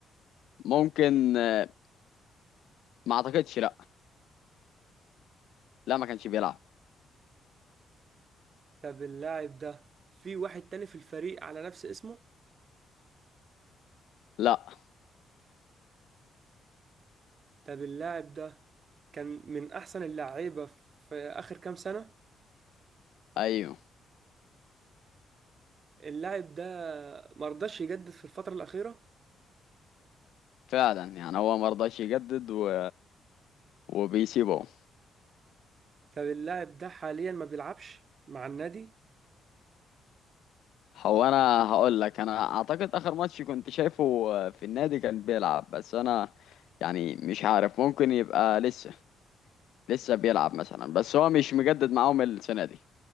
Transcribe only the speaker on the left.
ممكن آه، ما اعتقدش لا لا ما كانش بيلعب
لا
ايوه
فعلا يعني هو ما رضاش يجدد و... وبيسيبه
هو انا هقول لك انا اعتقد اخر ماتش كنت شايفه آه، في النادي كان بيلعب بس انا يعني مش عارف ممكن يبقى لسه لسه بيلعب مثلا بس هو مش مجدد معاهم السنه دي